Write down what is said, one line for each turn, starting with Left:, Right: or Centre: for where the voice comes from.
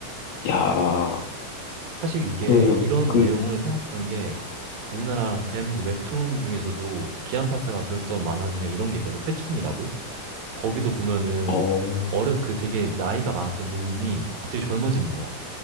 Left: 야,
Right: 사실 이게
Left: 그,
Right: 이런
Left: 그,
Right: 내용을 생각했던 게 우리나라 대한민국 웹툰 중에서도 기안팔사가 그렸던 만화 중에 이런 게 있거든. 회춘이라고. 거기도 보면은
Left: 어,
Right: 어르 그 되게 나이가 많았던 노인이 갑자기 젊어지는 거야.